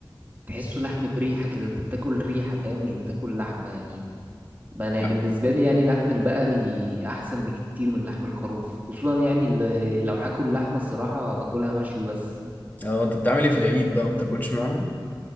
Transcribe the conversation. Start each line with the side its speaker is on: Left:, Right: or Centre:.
Right: تحسه لحم بريحة كده انت بتاكل ريحة فاهم مش بتاكل لحمة يعني بقى انا
Left: نعم
Right: بالنسبة لي يعني لحم البقري احسن بكتير من لحم الخروف خصوصا يعني ال- لو هاكل لحمة الصراحة باكلها مشوي بس
Left: اه انت بتعمل ايه في العيد بقى ما بتاكلش معاهم